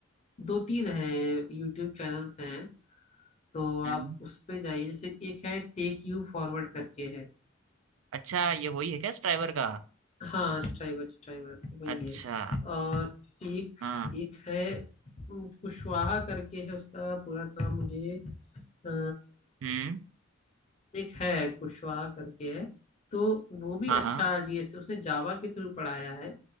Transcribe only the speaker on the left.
दो तीन हैं यूट्यूब चैनल्स हैं तो
आप उस पे जाइए जैसे एक है टेक यू फॉरवर्ड करके है
हाँ स्ट्राइवर स्ट्राइवर वही
है और एक
एक है उम, कुशवाहा करके है उसका पूरा नाम मुझे अ,
एक है कुशवाहा करके है तो वो भी
अच्छा
डीएसए उसने जावा के थ्रू पढ़ाया है